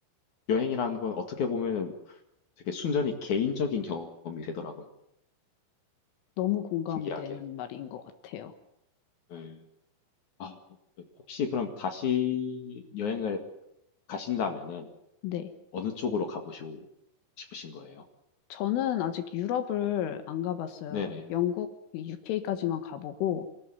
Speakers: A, on the left; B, on the left.
A: 여행이라는 건 어떻게 보면은 되게 순전히 개인적인 경험이 되더라고요.
B: 너무 공감되는
A: 신기하게.
B: 말인 것 같아요.
A: 예. 아, 네. 혹시 그럼 다시 여행을 가신다면은
B: 네.
A: 어느 쪽으로 가보시고 싶으신 거예요?
B: 저는 아직 유럽을 안 가봤어요.
A: 네네.
B: 영국, UK까지만 가보고